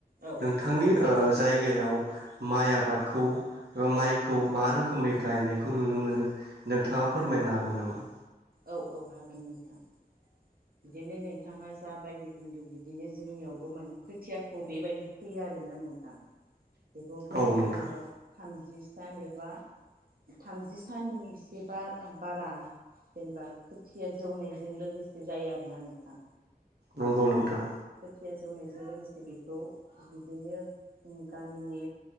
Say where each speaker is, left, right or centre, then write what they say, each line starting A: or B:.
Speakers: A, on the right; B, on the right.
A: औ
B: नोंथांनि
A: औ
B: ओ जायगायाव माइ आबादखौ ओ माइखौ मा रोखोमै गायनाय। खौ नुनो मोनो नोंथाङा फोरमायनो हागोन नामा?
A: औ औ हागोन नोंथां। बिदिनो नोंथाङा जा बायदि बुंदों बिदिनो जोंनियावबो माने खोथियाखौ बेबायदि फोयो आरोना नोंथां बेखौ फोनायनि
B: औ नोंथां
A: उनाव थाम जि सान एबा थामजि साननि इसे बा-बारा जेनेबा खोथिया जौनायजों लोगोसे जायो आरोना नोंथां।
B: नंगौ नोंथां।
A: थिया जौनायजों लोगोसे बेखौ बिदिनो ओ गामिनि